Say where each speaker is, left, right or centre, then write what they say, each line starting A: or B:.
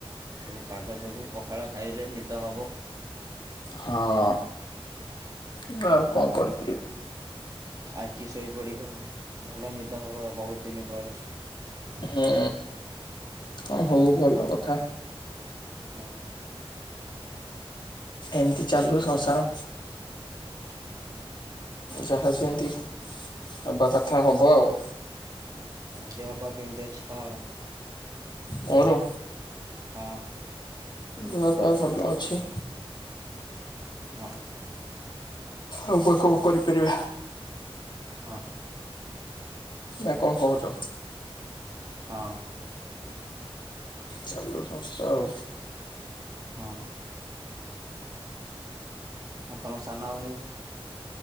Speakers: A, on the right (about 35°); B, on the left (about 50°).
A: ସେଇ ପାଗ ଯୋଗୁଁ ପଖାଳ ଖାଇଲେ ନିଦ ହବ।
B: ହଁ ଏବେ ଆଉ କଁ କରି
A: ଖାଇକି ଶୋଇ ପଡିବ ଆଉ ଭଲ ନିଦ ହବ ଆଉ ବୋହୁତ୍ ଦିନି ପରେ।
B: ହୁଁ ହଁ ହଉ ଭଲ କଥା।
A: ହୁଁ।
B: ଏମତି ଚାଲୁ ସଂସାର।
A: ହଁ ‌।
B: ଯାହା ଯେମତି ହବା କଥା ହବ ଆଉ।
A: ହଁ ଆଉ ଦେହ ପା କେମିତି ଅଛି ତମର?
B: ମୋର।
A: ହଁ।
B: ଦେହ ପାଅ ଭଲ ଅଛି।
A: ହଁ।
B: ଆଉ ବା କଁ କରିପାରିବା
A: ହଁ।
B: ନା କଁ କହୁଛ।
A: ହଁ।
B: ଚାଲୁ ସଂସ୍ତା ଆଉ।
A: ହଁ। ଆଉ ତମ ସାନଭାଇ।